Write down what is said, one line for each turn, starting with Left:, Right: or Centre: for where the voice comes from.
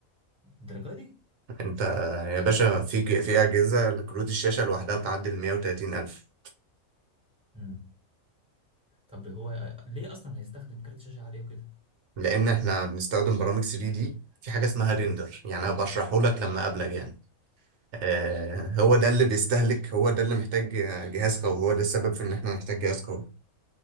Centre: الدرجة دي
Right: انت آه، يا باشا في في اجهزه كروت الشاشه لوحدها بتعدي ال 130 الف
Centre: امم طب هو آه، ليه اصلا هيستخدم كارت شاشة عالية وكده
Right: لان احنا بنستخدم برامج 3 دي في حاجه اسمها ريندر يعني انا بشرحه لك لما اقابلك يعني آه هو
Centre: آه.
Right: ده اللي بيستهلك هو ده اللي محتاج جهاز قوي هو ده السبب في ان احنا نحتاج جهاز قوي